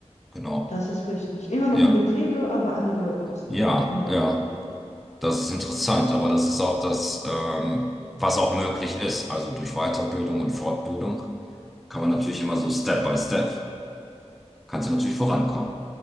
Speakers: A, in the centre; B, on the left.
A: Genau.
B: Das ist richtig. Immer noch
A: Ja,
B: in der Pflege, aber andere, Ops- äh,
A: ja,
B: andere.
A: ja. Das ist interessant, aber das ist auch das, ähm, was auch möglich ist. Also durch Weiterbildung und Fortbildung kann man natürlich immer so Step by Step, kannst du natürlich vorankommen.